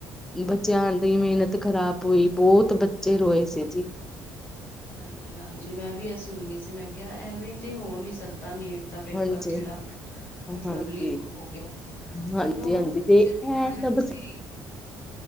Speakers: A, in the centre; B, on the left.
A: ਬੱਚਿਆਂ ਦੀ ਮਿਹਨਤ ਖ਼ਰਾਬ ਹੋਈ ਬਹੁਤ ਬੱਚੇ ਰੋਏ ਸੀ ਜੀ।
B: ਹਾਂਜੀ ਹਾਂਜੀ ਮੈਂ ਵੀ ਇਹ ਸੁਣਨੀ ਸੀ ਮੈਂ ਕਿਹਾ ਐਵੇਂ ਤੇ ਹੋ ਨਹੀਂ ਸਕਦਾ ਨੀਟ ਤੱਕ ਪੇਪਰ
A: ਹਾਂਜੀ।
B: ਜਿਹੜਾ ਮਤਲਬ
A: ਹਾਂਜੀ
B: ਲੀਕ ਹੋ ਗਿਆ
A: ਹਾਂਜੀ
B: ਚਲੋੱਚਿਆਂ
A: ਹਾਂਜੀ ਤੇ ਇਹ
B: ਦੀ ਮਿਹਨਤ
A: ਸਭ
B: ਸੀ।